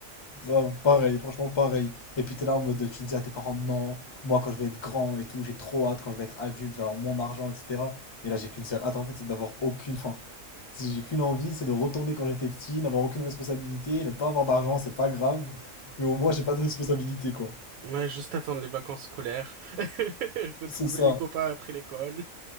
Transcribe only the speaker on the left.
Grave, pareil, franchement pareil. Et puis t'es là en mode, tu disais à tes parents, non, moi quand je vais être grand et tout, j'ai trop hâte, quand je vais être adulte, je vais avoir mon argent, etc. Mais là j'ai qu'une seule hâte en fait, c'est d'avoir aucune fin. Si j'ai qu'une envie, c'est de retourner quand j'étais petit, n'avoir aucune responsabilité, ne pas avoir d'argent, c'est pas grave. Mais au moins j'ai pas de responsabilité quoi.
C'est ça,